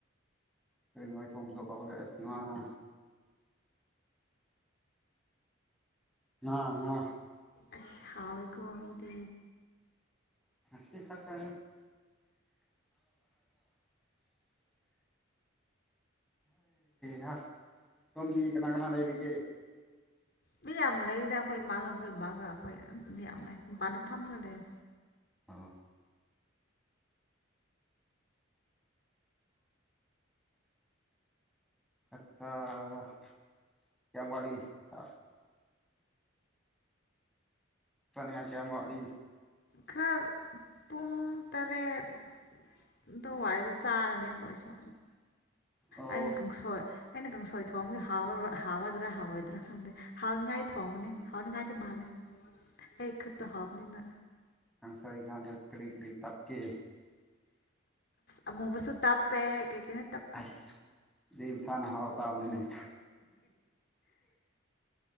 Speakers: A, in the centre; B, on the left (about 55°).
A: ꯀꯈ ꯅꯥꯏ ꯊꯣꯡꯝꯗ ꯀꯧꯔꯁꯤ ꯊ ꯑ ꯉ
B: ꯑ ꯍꯥꯎ ꯑꯩꯀꯣ ꯃꯃꯤꯗ
A: ꯁꯤ ꯊꯥ ꯇ ꯍ ꯆꯣꯟꯗꯤꯀ ꯀꯅꯥ ꯂꯩꯔꯤꯒꯦ
B: ꯃꯤꯌꯥꯝ ꯂꯩꯗ ꯑꯩꯈꯣꯏ ꯃꯥꯒ ꯑꯩꯈꯣꯏ ꯕꯥꯒ ꯑꯩꯈꯣꯏ ꯃꯤꯌꯥꯝ ꯂꯩ ꯄꯅ ꯐꯝꯒ ꯂꯩꯔꯦ
A: ꯑ ꯑꯆꯥꯥ ꯀꯋꯥꯂꯤ ꯁꯥ ꯅꯤꯌꯥ ꯀꯌꯥꯃꯂꯤ
B: ꯈꯔ ꯄꯨꯡ ꯇꯔꯦꯠ ꯑꯗꯨ ꯋꯥꯏꯗ ꯆꯥꯔꯅꯤ ꯑꯩꯈꯣꯏꯁꯨ
A: ꯑꯣ
B: ꯑꯩꯅ ꯀꯥꯡꯁꯣꯏ ꯑꯩꯅ ꯀꯥꯡꯁꯣꯏ ꯊꯣꯡꯕꯒꯤ ꯍꯥꯎꯗ꯭ꯔꯥ ꯍꯥꯎꯔꯣꯏꯗ꯭ꯔꯥ ꯈꯪꯗꯦ ꯍꯥꯎꯅꯤꯉꯥꯏꯗꯤ ꯊꯣꯡꯕꯅꯦ ꯍꯥꯎꯅꯤꯡꯉꯥꯏꯗꯤ ꯃꯥꯜꯂꯦ ꯑꯦ ꯈꯠꯇ ꯍꯥꯕꯅꯤꯅ
A: ꯀꯥꯡꯁꯣꯏ ꯁꯥꯡꯗ ꯀ꯭ꯔꯤ ꯀ꯭ꯔꯤ ꯇꯞꯀꯦ
B: ꯑ ꯃꯨꯕꯁꯨ ꯇꯞꯦ ꯀ ꯏꯩꯅ ꯇꯞꯄ
A: ꯑꯩꯁ ꯑꯗꯨ ꯃꯁꯥꯅ ꯍꯥꯎ ꯇꯥꯕꯅꯤꯅꯦ <inaudible>